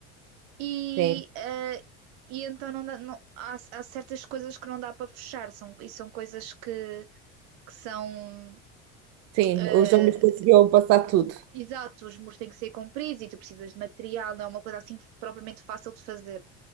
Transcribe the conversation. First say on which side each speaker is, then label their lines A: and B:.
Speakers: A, on the right; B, on the right.
A: e,
B: Sim,
A: ah, e então não dá- não- há, há certas coisas que não dá para fechar são, e são coisas que, que são
B: sim,
A: ah,
B: os homens conseguiam passar tudo.
A: o- exato, os muros têm que ser compridos e tu precisas de material, não é uma coisa assim propriamente fácil de fazer.